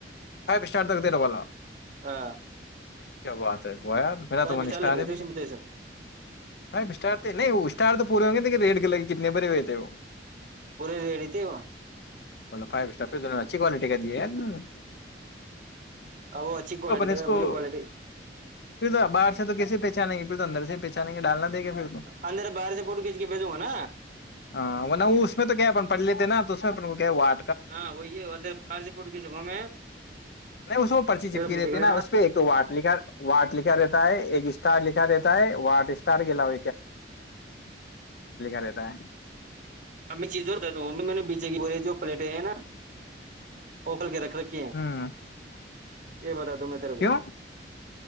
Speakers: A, on the left (about 60°); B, on the right (about 45°).
A: فو اسٹار تک دیرا والا
B: ہاں
A: کیا بات ہے وہ یار میرا
B: پائپ
A: تو وہ
B: اسٹار
A: نسٹارے
B: لگ رہے
A: بھی
B: تھے اس میں تو ایسا
A: ہےٹارتے نہیں یر تو پورے ہوں گے لیکن ریٹ کے لے کتنے بھرے ہوئےتے ہیں وہ
B: برے ریڈی تھے وہ
A: فائی اسٹار پچھی کوالٹی کا جییات ن
B: ا وہ اچھی کوالٹی د
A: اس
B: گا
A: کو
B: بری کوالٹی
A: پھر تو باہر سے تو کیس پہچانیں گے پھر تو اندر سے پہچانیں گے ڈال تو د گ پھر تو
B: اندر باہر سے فوٹو کھینچ کے بھیجوں گا نا
A: ہاںن اس میں تو کیا پڑ لیتے نا تو اس میں اپ کو کیا وا
B: ہاں وہی ہےدھر باہر سے پٹ کی ج گا میں
A: نہیں اس وہ پرچی چپکی
B: پھر
A: دیتے
B: دیکھ لینا
A: نا اس پہ ایک تو واٹ لکھا وٹ لکھا دیتا ہے ایک اسٹار لکھا دیتا ہے وٹ اسٹار گلا ہو رہتا ہے
B: اب چیزتا د ا میں نے بیچے کی بولے جو پلیٹیں نا ککل کے رکھ ک
A: ہ
B: یہ با میں تیر کو
A: کیوں